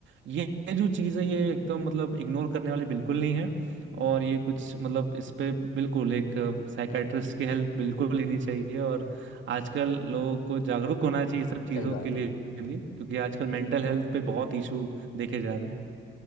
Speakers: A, on the right; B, on the left.
A: ये ये जो चीज है ये एकदम मतलब इग्नोर करने वाली बिल्कुल नहीं है
B: हम्म,
A: और ये कुछ मतलब इस पे बिल्कुल एक साइकाइट्रिस्ट की हेल्प बिल्कुल लेनी चाहिए और आजकल लोगों को जागरूक होना चाहिए सब चीजों
B: सही बात
A: के लिए
B: है
A: भी क्योंकि आजकल मेंटल हेल्थ पे बहुत इशू देखे जा रहे हैं